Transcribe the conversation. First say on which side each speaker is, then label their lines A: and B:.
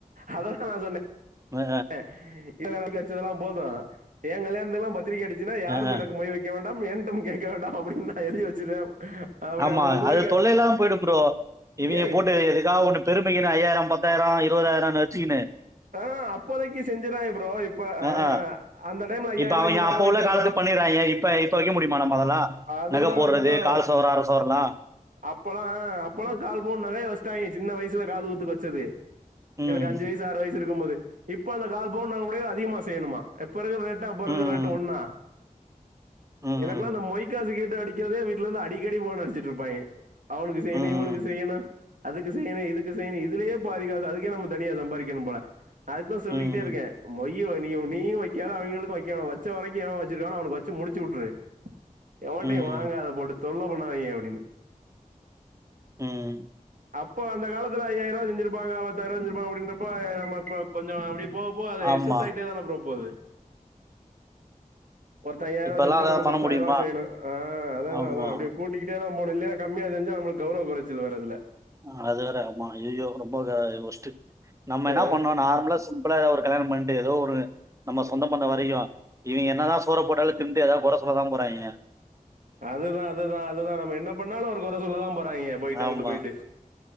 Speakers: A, on the right; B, on the right.
A: அத தா நா சொன்னே
B: அ
A: ஆஹ் <inaudible> வச்சதல்லா போது எ கல்யாணத்துக்குலா பத்திரிக அடி ச்சினா யாரும்
B: அ அ
A: எனக்கு மொய் வைக்க வேண் டாம் ஏன்டும் கேட்க வேண்டாம் அப்டின்னு நா எழுதி வச்சிருவே அப்டி
B: ஆமா
A: அப்ப இது வரைக்கு
B: அது தொல்லை இல்லாம போயிடு ப்ரோ இவிங்க
A: ஏ
B: போட்டு எதுக்காக ஒண்ணு பெருமைக்குன்னு ஐயாயிரோ பத்தாயிரோ இருவதாயிரன்னு வச்சுகின்னு
A: ஆஹ் அப்போதைக்கு செஞ்சறாய்ங்க ப்ரோ இப்ப அ
B: ஆ ஆ
A: அந்த டைம்ல ஐயாயிர
B: இப்ப
A: ரூபாய்க்கு
B: அவ
A: நக
B: அப்ப
A: வைக்கிறது
B: உள்ள காலத்து பண்ணிறாயிக இப்ப இப்ப முடியுமா நம்ம அதல்லா
A: அதுதா
B: நக போடுறது
A: அதுதா
B: கால் சவர அர சவரலா
A: அப்பல்லா அப்பல்லா கால் பவன் நகை வச்டாய்க சின்ன வயசுல காது குத்துக்கு வச்சது
B: ம்
A: எனக்கு அஞ்சு வயசு ஆறு வயசு இருக்கு போது இப்ப அந்த கால் பவுன் நக கூட அதிகமா செய்யணுமா எப் இப்ப இருக்கிற ரேட்டு அப்ப இருக்குற
B: ம்
A: ரேட்டு ஒன்னா
B: ம்
A: எனக்கெல்லா இந்த மொய்காசுக ண்டு அடிக்கிறதுே வீட்டுல இருந்து அடிக்கடி போனடிச்சு ரூபாய் ஆனங்கு சைனும்
B: ம் ம்
A: இவனுக்கு செய்யனு அதுக்கு செய்யணு இதுக்கு செய்யணு இதுலயே பாதுக்காசு அதுக்கே நம்ம தனியா சம்பாதிக்கணும் போல அதுக்குதான் சொல்லிக்கிட்டே
B: ம்
A: இருக்கேன் மொய் நீ நீ நியூம் வைக்காத அவங்களுக்கும் வைக்கும் வச்ச வரைக்கும் எவன் வச்சிருக்கானா அவனுக்கு வச்சு முடிச்சு விட்டுரு எவடையும்
B: ம் ம்
A: வாங்காத பொடுத்து தொல்ல பண்ணாதீங்க அப்படின்னு
B: உம்
A: அப்போ அந்த காலத்து ஐயாயம் ரூா செஞ்சப்பாங்க அஐத்தாயிர ரூா செஞ்சப்பா அப்படின்றப்ப நம்மப்ப கொஞ்சோ அ அப்படி போக போக
B: ஆமா
A: எஸ் எஸ் ஆயிட்டே தான ப்ரோ போகுது ஒருத்த ஐயாயம்
B: இப்பல்லாம்
A: ரூபா செஞ்சா
B: அதான்
A: நம்ம
B: பண்ண
A: பத்தாயம்
B: முடியுமா?
A: ரூபா செய்யணும் ஆஹ் அதான்
B: ஆமா.
A: அதான் அப்படி கூட்டிட்டேதான் போன இல்லைய கம்மியா செஞ்சா நம்மக்கு கௌருவ குறைச்சல் வேற இதுல
B: ஆஹ் அது வேற ஆமா ஐயையோ ரொம்ப ஒஸ்ட்டு நம்ம
A: ஆ,
B: என்ன பண்ணோ நார்மலா சிம்பளா எதா ஒரு கல்யாணம் பண்ணிட்டு ஏதோ ஒரு நம்ம சொந்த பந்த வரைக்கு இவங்க என்னதா சோற போட்டாலு தின்ட்டு எதா கொற சொல்லதா போறாங்க
A: அதுதா அதுதா அதுதா நம்ம என்ன பண்ணாலு ஒரு கொற சொல்லதா போறாங்க போயிட்டு அங்கிட்டு
B: ஆமா.
A: போயிட்டு